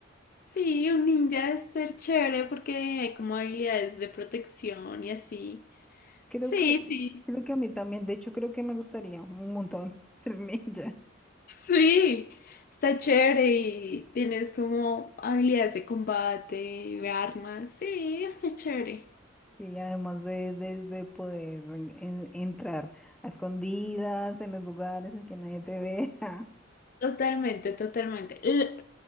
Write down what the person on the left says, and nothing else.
Sí, un ninja debe ser chévere porque hay como habilidades de protección y así.
Sí,
sí.
Sí, está chévere y tienes como habilidades de combate, de armas. Sí, está chévere.
Totalmente, totalmente. L-